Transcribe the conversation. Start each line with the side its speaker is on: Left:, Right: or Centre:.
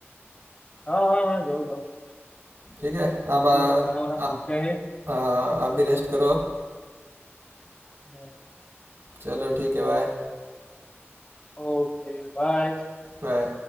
Left: हाँ हाँ हाँ जाओ जाओ
Right: ठीक है आप
Left: हम
Right: आ,
Left: भी अब खाना वाना
Right: आ,
Left: खाते हैं
Right: आ, आप भी रेस्ट करो अब
Left: हम्म,
Right: चलो ठीक है बाय
Left: ओके बाय
Right: बाय